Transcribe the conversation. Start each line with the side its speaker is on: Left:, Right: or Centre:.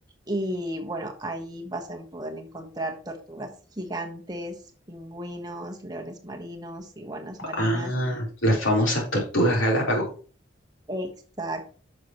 Right: Y bueno, ahí vas a poder encontrar tortugas gigantes, pingüinos, leones marinos, iguanas marinas.
Left: Ah, las famosas tortugas Galápagos.
Right: Exacto.